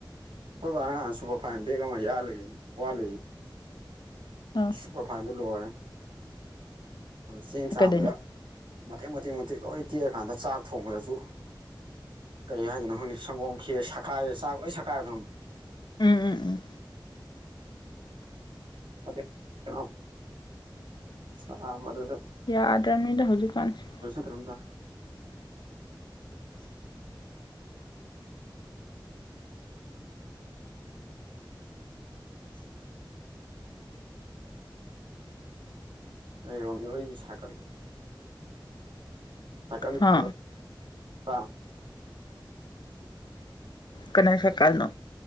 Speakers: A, on the right; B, on the left.
A: ꯑꯩꯈꯣꯏ ꯕꯕꯥꯅ ꯅꯍꯥꯟ ꯁꯨꯄꯔ ꯐꯥꯏꯟ ꯕꯦꯛꯒ ꯑꯃ ꯌꯥꯜꯂꯨꯏ ꯋꯥꯠꯂꯨꯏ
B: ꯑꯥ
A: ꯁꯨꯄꯔ ꯐꯥꯏꯟ ꯂꯣꯏꯔꯦ ꯆꯦꯡ ꯆꯥꯝꯕꯗ
B: ꯀꯩꯗꯩꯅꯣ
A: ꯃꯇꯦꯛ ꯃꯇꯦꯛ ꯇꯦꯛ ꯂꯣꯏ ꯇꯦꯛꯑ ꯀꯥꯟꯗ ꯆꯥꯛ ꯊꯣꯡꯕꯗꯁꯨ ꯀꯩ ꯍꯥꯏꯗꯅꯣ ꯈꯪꯗ‌ꯦ ꯁꯪꯒꯣꯝ ꯈ꯭ꯦꯔ ꯁꯛꯈꯥꯏꯌꯦ ꯆꯥꯛ ꯂꯣꯏ ꯁꯛꯈꯥꯏꯕꯗꯣ ꯈꯪꯕꯔꯥ
B: ꯎꯝ ꯎꯝ ꯎꯝ
A: ꯗꯨ <unintelligible> ꯆꯥꯝꯕꯗꯁꯨ
B: ꯌꯥꯗ꯭ꯔꯕꯅꯤꯗ ꯍꯧꯖꯤꯛꯀꯥꯟꯁꯦ
A: ꯀꯩꯅꫭꯝ ꯇꯧꯋꯤ ꯑꯦꯝ ꯑꯣꯏ ꯁꯥ ꯀꯕꯤ <unintelligible> ꯊꯀꯂꯤ
B: ꯍꯥ
A: ꯄꯨꯔ <unintelligible>
B: ꯀꯅꯥ ꯁꯥꯏꯀꯜꯅꯣ